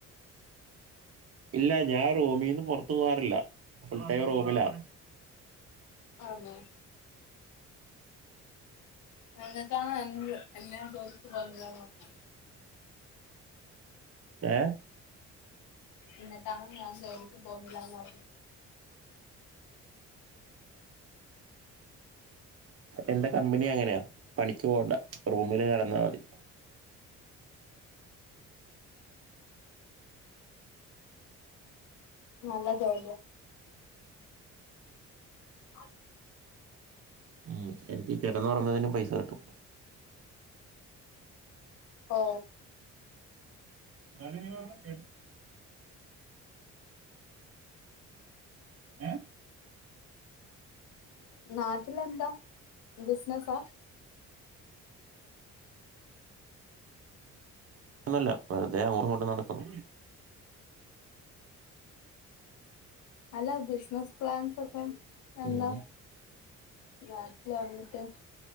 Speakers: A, on the right; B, on the left.
A: ഇല്ല ഞാൻ റൂമിൽ നിന്ന് പുറത്തു പോകാറില്ല ഫുൾടൈം റൂമിലാ
B: ആണോ എന്നിട്ടാണ് എന്ത് എന്നെ ജോലിക്ക് പോണ്ടാ പറഞ്ഞ്
A: ഏ
B: എന്നട്ടാ ഞാ ജോലിക്കും പോന്നില്ല
A: എന്റെ കമ്പനി അങ്ങനെയാ പണിക്ക് പോണ്ട റൂമില് കടന്നാ മതി
B: നല്ല ജോലി ആ
A: ഉം എനിക്ക് കിടന്ന് ഒറങ്ങുന്നതിനും പൈസ കിട്ടും
B: ഓ
A: അറി നീവല്ല കേട്ട ഏ
B: നാട്ടിലെന്താ ബിസിനസാ
A: ന്നല്ല വെറുതെ അങ്ങോട്ടും ഇങ്ങോട്ടും നടക്കുന്നു
B: അല്ല ബിസിനസ് പ്ലാൻസ് ഒക്കെ എന്താ
A: ഉം
B: നാട്ടില് വന്നിട്ട്